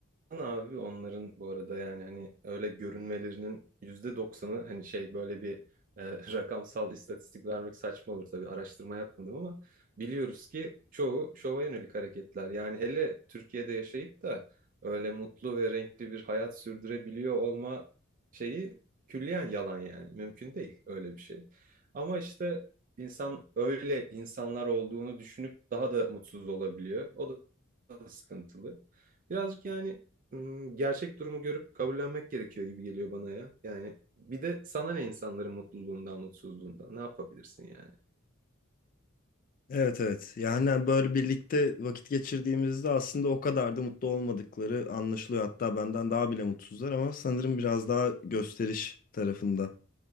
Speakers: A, on the right (about 40°); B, on the left (about 40°).
A: abi onların bu arada yani hani öyle görünmelerinin yüzde doksanı hani şey böyle bir e, <laughs> rakamsal istatistik vermek saçma olur tabii araştırma yapmadım ama biliyoruz ki çoğu şova yönelik hareketler. Yani hele Türkiye'de yaşayıp da öyle mutlu ve renkli bir hayat sürdürebiliyor olma şeyi külliyen yalan yani mümkün değil öyle bir şey. Ama işte insan öyle insanlar olduğunu düşünüp daha da mutsuz olabiliyor. O da sıkıntılı. Birazcık yani ım, gerçek durumu görüp kabullenmek gerekiyor gibi geliyor bana ya. Yani bir de sana ne insanların mutluluğundan, mutsuzluğundan ne yapabilirsin yani?
B: Evet evet. Yani böyle birlikte vakit geçirdiğimizde aslında o kadar da mutlu olmadıkları anlaşılıyor. Hatta benden daha bile mutsuzlar ama sanırım biraz daha gösteriş tarafında